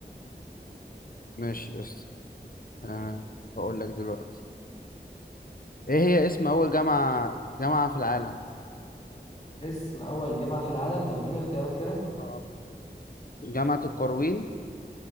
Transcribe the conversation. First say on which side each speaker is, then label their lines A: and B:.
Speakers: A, on the left; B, on the left.
A: ماشي قشط آه بقول لك دلوقتي ايه هي اسم أول جامعة جامعة في العالم
B: اسم أول جامعة في العالم طب اديني اختيارات كده
A: آه. جامعة القرويين